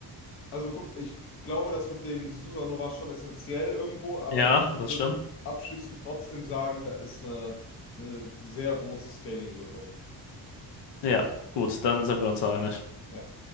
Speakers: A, on the left (about 35°); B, on the left (about 80°).
A: Also guck, ich glaube, das mit dem Susanoo war schon essentiell irgendwo, aber
B: Ja,
A: ich
B: das
A: würde
B: stimmt.
A: abschließend trotzdem sagen, da ist eine, eine sehr große Scaling-Lücke.
B: Ja, gut, dann sind wir uns einig.
A: Ja.